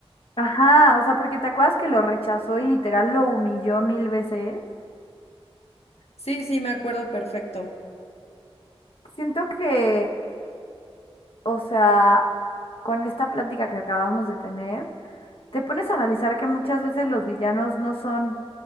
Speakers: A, on the left; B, on the left.
A: Ajá, o sea, porque te acuerdas que lo rechazó y literal lo humilló mil veces.
B: Sí, sí, me acuerdo perfecto.
A: Siento que, o sea, con esta plática que acabamos de tener, te pones a analizar que muchas veces los villanos no son